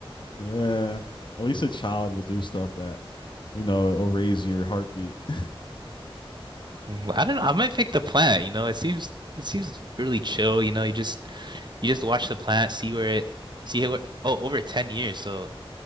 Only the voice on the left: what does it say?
eh, at least a child will do stuff that you know will raise your heartbeat. <laughs>